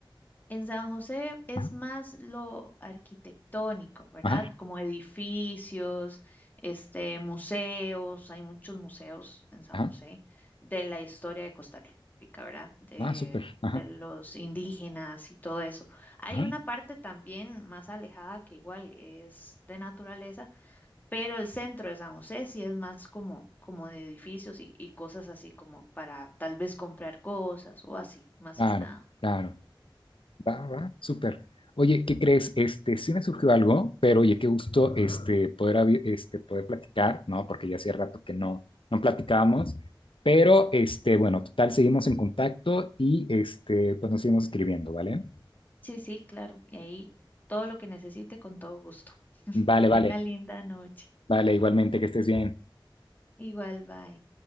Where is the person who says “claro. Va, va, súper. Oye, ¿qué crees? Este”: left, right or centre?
Left